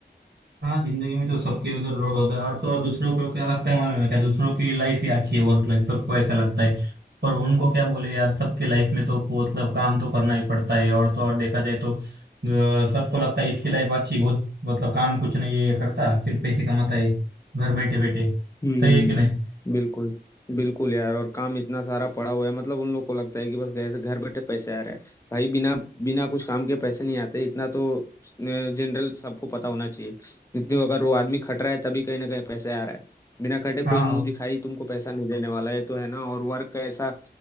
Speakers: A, on the right; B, on the left.
A: हाँ जिंदगी में तो सबके उधर लोड होता है और तो और दूसरों को क्या लगता है मालूम है क्या दूसरों की लाइफ ही अच्छी है वर्क लाइफ सबको ऐसा लगता है पर उनको क्या बोले यार सबके लाइफ में तो मतलब काम तो करना ही पड़ता है और तो और देखा जाए तो अ, सबको लगता है इसकी लाइफ अच्छी बहुत मतलब काम कुछ नहीं है ये करता सिर्फ पैसे कमाता है घर बैठे बैठे
B: हम्म
A: सही है कि नहीं
B: बिल्कुल बिल्कुल यार और काम इतना सारा पड़ा हुआ है मतलब उन लोग को लगता है कि बस घर से घर बैठे पैसे आ रहे हैं भाई बिना बिना कुछ काम के पैसे नहीं आते इतना तो जनरल सबको पता होना चाहिए क्योंकि अगर वो आदमी खट रहा है तभी कहीं ना कहीं पैसे आ रहा है बिना खटे
A: हाँ
B: कोई मुंह दिखाई तुमको पैसा नहीं देने वाला है तो है ना और वर्क का ऐसा